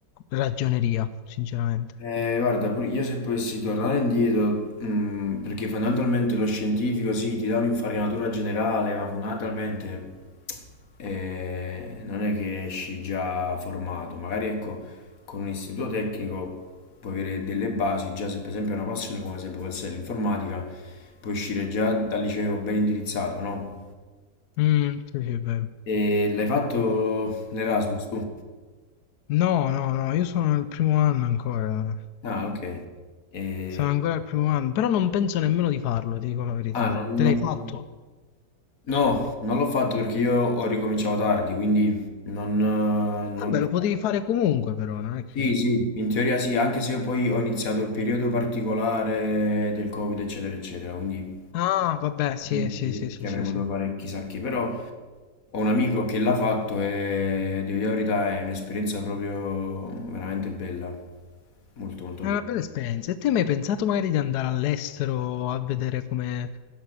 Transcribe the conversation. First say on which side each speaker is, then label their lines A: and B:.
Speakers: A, on the left (about 70°); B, on the left (about 50°).
A: ragioneria, sinceramente.
B: Eh, guarda, pur- io se potessi tornare indietro, mm, perché fondamentalmente lo scientifico sì, ti dà un'infarinatura generale, ma fondamentalmente eh, non è che esci già formato. Magari ecco, con un istituto tecnico puoi avere delle basi, già se per esempio è una passione come se può essere l'informatica, puoi uscire già dal liceo ben indirizzato, no?
A: Mm, sì, sì, è vero.
B: E l'hai fatto l'Erasmus tu?
A: No, no, no, io sono al primo anno ancora.
B: Ah, ok. E-
A: Sono ancora al primo anno, però non penso nemmeno di farlo, ti dico la verità.
B: Ah, non...
A: Te l'hai fatto?
B: No, non l'ho fatto perché io ho ricominciato tardi, quindi non, eh, non
A: Vabbè,
B: l'ho
A: lo potevi
B: fatto.
A: fare comunque, però, non è che...
B: Sì, sì, in teoria sì, anche se io poi ho iniziato il periodo particolare del Covid, eccetera, eccetera, quindi
A: Ah, vabbè, sì,
B: non è che
A: sì, sì, sì,
B: che
A: sì,
B: avrei potuto
A: sì.
B: fare chissà che, però ho un amico che l'ha fatto e devo dire la verità è un'esperienza proprio veramente bella, molto molto
A: È
B: bella.
A: una bella esperienza. E te hai mai pensato magari di andare all'estero a vedere come